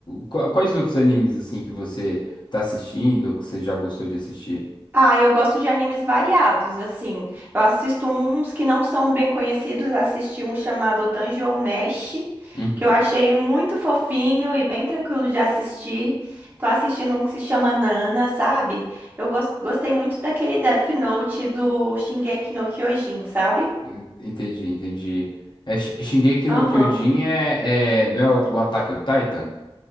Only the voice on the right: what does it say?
Ah, eu gosto de animes variados, assim. Eu assisto uns que não são bem conhecidos, assisti um chamado Dungeon Mesh,
que eu achei muito fofinho e bem tranquilo de assistir. Tô assistindo um que se chama Nana, sabe? Eu gos- gostei muito daquele Death Note do Shingeki no Kyojin, sabe?
Aham.